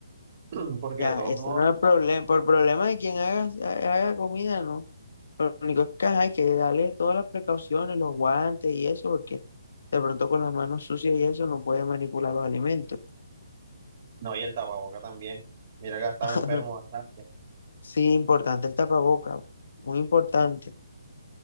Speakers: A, on the right (about 35°); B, on the left (about 65°).
A: <clears throat> porque
B: Ya,
A: de todos
B: ese
A: modos,
B: no es el problema. Por problema de quien haga, haga comida, ¿no? Lo único es que ajá, hay que darle todas las precauciones, los guantes y eso, porque de pronto con las manos sucias y eso no puede manipular los alimentos.
A: no, y el tapaboca también. Mira que ha estado
B: <laughs>
A: enfermo bastante.
B: Sí, importante el tapaboca, muy importante.